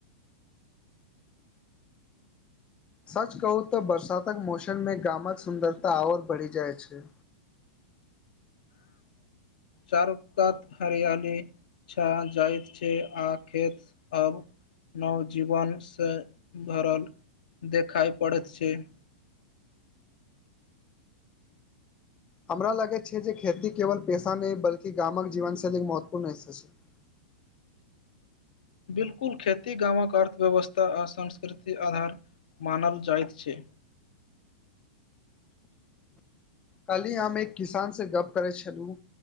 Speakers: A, on the left (about 20°); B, on the left (about 65°).
A: सच कहू तऽ बरसातक मौसम में गामक सुन्दरता और बढ़ि जाइ छैइ
B: चारु कात हरियाली छा जाइत छैइ आ खेत अब नवजीवन से भरल देखाइ पड़ैत छैइ
A: हमरा लगैत छैइ जे खेती केवल पेशा नई बल्कि गामक जीवन शैलीक महत्वपूर्ण हिस्सा छैइ <inaudible>
B: बिलकुल खेती गाँवक अर्थव्यवस्था आ संस्कृतिक आधार मानल जाइत छैइ
A: कल्हि हम एक किसान से गप्प करैत छलूं